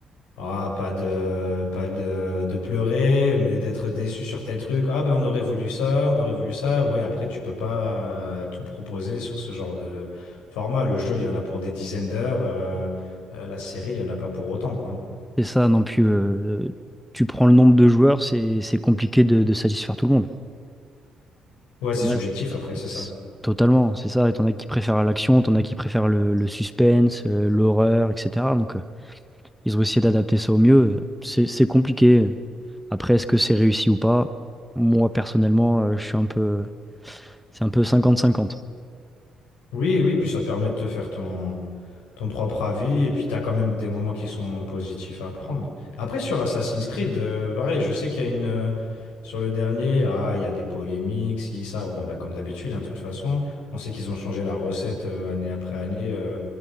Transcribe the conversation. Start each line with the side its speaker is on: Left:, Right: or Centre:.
Left: ah, pas de, pas de, de pleurer, mais d'être déçu sur tel truc. Ah ben, on aurait voulu ça, on aurait voulu ça. Ouais, après, tu peux pas euh, tout proposer sur ce genre de format. Le jeu, il y en a pour des dizaines d'heures, euh, euh, la série, il y en a pas pour autant, quoi.
Centre: C'est ça non plus euh, tu prends le nombre de joueurs, c'est c'est compliqué de, de satisfaire tout le monde.
Left: Ouais,
Centre: T'en
Left: c'est subjectif
Centre: as-
Left: après, c'est
Centre: c'est-
Left: ça.
Centre: Totalement, c'est ça. T'en as qui préfèrent l'action, t'en as qui préfèrent le, le suspense, euh, l'horreur, etc. Donc euh, Ils ont essayé d'adapter ça au mieux. C'est, c'est compliqué. Après, est-ce que c'est réussi ou pas? Moi, personnellement, euh, je suis un peu, c'est un peu cinquante-cinquante.
Left: Oui, oui, puis ça permet de te faire ton, ton propre avis, et puis t'as quand même des moments qui sont positifs à prendre. Après, sur Assassin's Creed, euh, pareil, je sais qu'il y a une... euh, sur le dernier, ah, il y a des polémiques, si, ça, bon, bah, comme d'habitude, hein, de toute façon, on sait qu'ils ont changé la recette euh, année après année, euh,